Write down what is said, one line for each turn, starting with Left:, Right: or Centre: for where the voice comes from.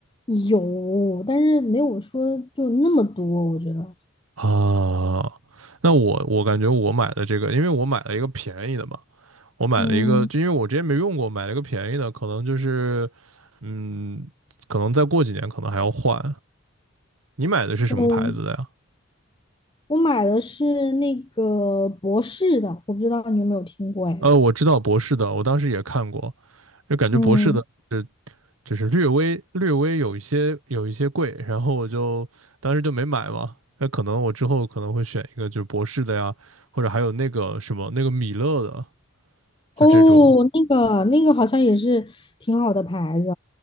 Left: 有，但是没有说就那么多。我觉得，
Right: 啊，那我我感觉我买的这个，因为我买了一个便宜的嘛，我买了一个，
Left: 嗯
Right: 就因为我之前没用过，买了一个便宜的，可能就是，嗯，可能再过几年可能还要换。你买的是什么牌子的呀？
Left: 嗯，我买的是那个博士的，我不知道你有没有听过哎。
Right: 呃，我知道博士的，我当时也看过，就感觉博士的，
Left: 嗯，
Right: 呃，就是略微略微有一些有一些贵，然后我就当时就没买嘛。那可能我之后可能会选一个就是博士的呀，或者还有那个什么那个米勒的，
Left: 哦，
Right: 就这种。
Left: 那个那个好像也是挺好的牌子。